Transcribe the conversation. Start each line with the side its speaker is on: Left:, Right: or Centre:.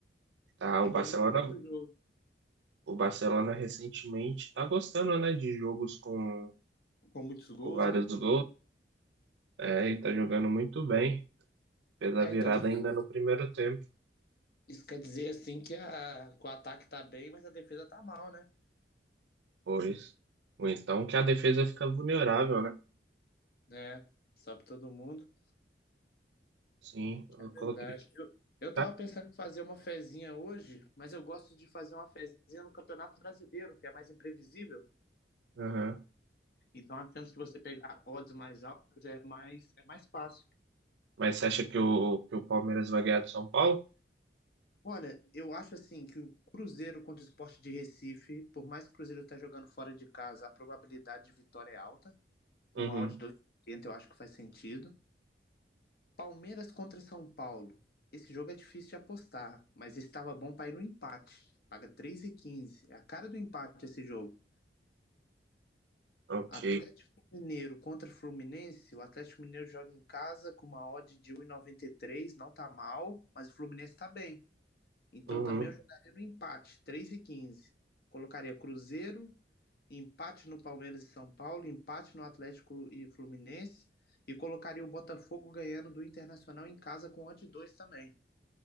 Right: tá,
Left: É
Right: o Barcelona,
Left: que eu não tô vendo o jogo
Right: o Barcelona recentemente tá gostando, né, de jogos com,
Left: com muitos gols,
Right: com vários
Left: né?
Right: gols. É, e tá jogando muito bem. Fez a
Left: É,
Right: virada
Left: então, isso quer,
Right: ainda no primeiro tempo.
Left: isso quer dizer assim que, a, que o ataque tá bem, mas a defesa tá mal, né?
Right: Pois. Ou então que a defesa fica vulnerável, né?
Left: É, sobe todo mundo.
Right: Sim, eu
Left: É verdade.
Right: coloquei aqui,
Left: Eu, eu
Right: tá?
Left: tava pensando em fazer uma fezinha hoje, mas eu gosto de fazer uma fezinha no Campeonato Brasileiro, que é mais imprevisível.
Right: Uhum.
Left: Então a chance de você pegar odds mais altas é mais, é mais fácil.
Right: Mas você acha que o, que o Palmeiras vai ganhar do São Paulo?
Left: Olha, eu acho assim que o Cruzeiro contra o Sport de Recife, por mais que o Cruzeiro esteja jogando fora de casa, a probabilidade de vitória é alta. Com
Right: Uhum.
Left: uma odd de 2,80 eu acho que faz sentido. Palmeiras contra São Paulo. Esse jogo é difícil de apostar, mas estava bom para ir no empate. Paga três e quinze, É a cara do empate esse jogo.
Right: Ok.
Left: Atlético Mineiro contra Fluminense. O Atlético Mineiro joga em casa com uma odd de um e e noventa e três, Não tá mal, mas o Fluminense tá bem. Então
Right: Uhum.
Left: também eu jogaria no empate, 3 e 15. Colocaria Cruzeiro, empate no Palmeiras e São Paulo, empate no Atlético e Fluminense e colocaria o Botafogo ganhando do Internacional em casa com odd 2 também.